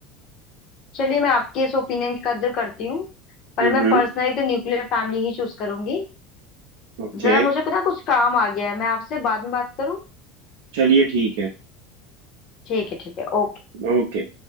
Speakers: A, on the left (about 45°); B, on the right (about 85°).
A: चलिए मैं आपके इस ओपिनियन की कद्र करती हूँ पर
B: हम्म
A: मैं पर्सनली तो न्यूक्लियर फैमिली ही चूज करूंगी
B: ओके
A: जरा मुझे ना कुछ काम आ गया है मैं आपसे बाद में बात करूँ
B: चलिए ठीक है
A: ठीक है ठीक है ओके
B: ओके